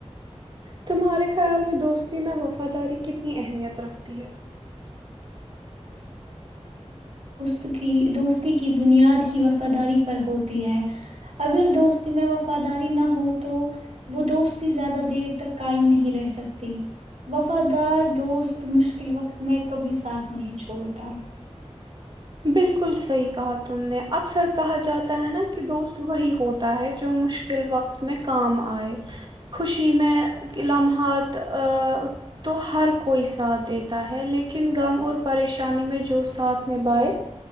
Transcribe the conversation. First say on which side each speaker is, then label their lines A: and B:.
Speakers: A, on the right (about 40°); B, on the right (about 65°).
A: تمہارے خیال میں دوستی میں وفاداری کتنی اہمیت رکھتی ہے
B: تو کہ دوستی کی بنیاد ہی وفاداری پر ہوتی ہے اگر دوست میں وفاداری نہ ہو تو وہ دوستی زیادہ دیر تک قائم نہیں رہ سکتی وفادار دوست مشکل وقت میں کبھی ساتھ نہیں چھوڑتا
A: بالکل صحیح کہات تم نے اکثر کہا جاتا ہے نا کہ دوست وہی ہوتا ہے جو مشکل وقت میں کام آئے خوشی میں کہ لمحات تو ہر کوئی ساتھ دیتا ہے لیکن غم اور پریشانی میں جو ساتھ نبھائے